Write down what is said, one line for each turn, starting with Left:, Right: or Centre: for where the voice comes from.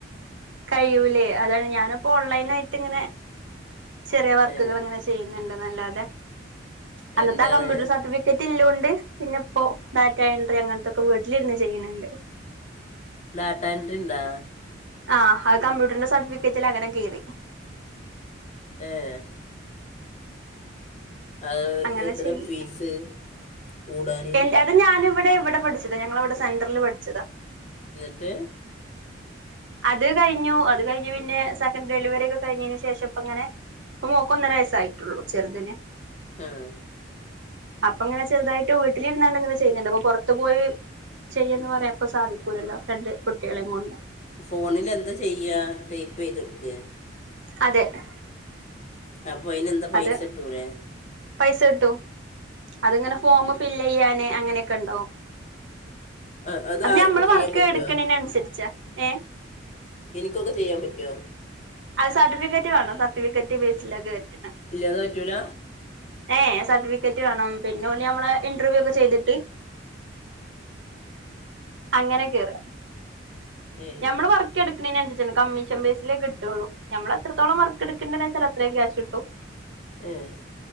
Right: കഴിയൂലെ അതാണ് ഞാനിപ്പൊ ഓൺലൈനായി ഇങ്ങനെ ചെറിയ വർക്ക്കളിങ്ങനെ
Left: ഏ
Right: ചെയ്യ്ന്ന്ണ്ട് ന്നല്ലാതെ അന്നത്തെ
Left: എന്താണ്
Right: ആ കമ്പ്യൂട്ടറ് സർട്ടിഫിക്കറ്റില്ലോണ്ട് പിന്നെ ഇപ്പൊ ഡാറ്റ എൻട്രി അങ്ങൻത്തൊക്കെ വീട്ടിലിര്ന്ന് ചെയ്യ്ന്ന്ണ്ട്
Left: ഡാറ്റ എൻഡ്രിന്താ
Right: ആഹ് അത് കമ്പ്യൂട്ടറിന്റെ സർട്ടിഫിക്കറ്റിലങ്ങനെ കേറി
Left: ഏഹ് അയ്
Right: അങ്ങനെ
Left: എത്രെ
Right: ചെയ്യണ്ട്
Left: ഫീസ് കൂടാൻ
Right: എന്റെ അത് ഞാനിവ്ടെ ഇവ്ടെ പഠിച്ചതാ ഞങ്ങളവ്ടെ സെന്ററില് പഠിച്ചതാ
Left: ന്ന്ട്ട്
Right: അത് കഴിഞ്ഞു അത് കഴിഞ്ഞ് പിന്നെ സെക്കൻഡ് ഡെലിവറിക്കെ കഴിഞ്ഞീന് ശേഷം ഇപ്പങ്ങനെ ഇപ്പൊ മോക്കൊന്നര വയസ്സായിട്ടുള്ളു ചെറ്തിന്
Left: ആഹ്
Right: അപ്പൊ ഇങ്ങനെ ചെറുതായിട്ട് വീട്ടിലിരുന്നാണ്ട് ഇങ്ങനെ ചെയ്യ്ന്ന്ണ്ട് അപ്പൊ പൊറത്തു പോയി ചെയ്യ്ന്ന് പറയാപ്പ സാധിക്കൂലലൊ രണ്ട് കുട്ടീളം കൊണ്ട്
Left: ഫോണിലെന്താ ചെയ്യ ടൈപ്പീതൊട്ക്കെ
Right: <unintelligible>
Left: അപ്പൊ അയിന് എന്താ പൈസട്ടൂലേ
Right: അത് പൈസ കിട്ടു അതിങ്ങനെ ഫോമ് ഫില് ചെയ്യാന് അങ്ങനെയൊക്കെ ഉണ്ടാവും
Left: അ-
Right: അത്
Left: ആർക്കും
Right: ഞമ്മള്
Left: ചെയ്യാൻ
Right: വർക്ക്
Left: പറ്റുമോ
Right: എടുക്കണേന് അനുസരിച്ച ഏഹ്
Left: എനിക്കൊക്കെ ചെയ്യാൻ പറ്റോ
Right: അത് സർട്ടിഫിക്കറ്റ് വേണം സർട്ടിഫിക്കറ്റ് ബേസിലൊക്കെ കേറ്റൽ
Left: ഇല്ലതെ പറ്റൂല
Right: ഏ സർട്ടിഫിക്കറ്റ് വേണം പിന്നെ ഓല് ഞമ്മളെ ഇന്റർവ്യൂ ഒക്കെ ചെയ്തിട്ട്
Left: <unintelligible>
Right: അങ്ങനെ കേറ
Left: ഏ
Right: ഞമ്മള് വർക്ക്ക്കെടുക്കണേനനുസരിചാണ് കമ്മീഷൻ ബേസിലക്കെ ട്ടൊള്ളു ഞമ്മള് എത്രത്തോളം വർക്ക് എടുക്കണ്ട വെച്ചാ അത്രയും ക്യാഷ് കിട്ടും
Left: ഏഹ്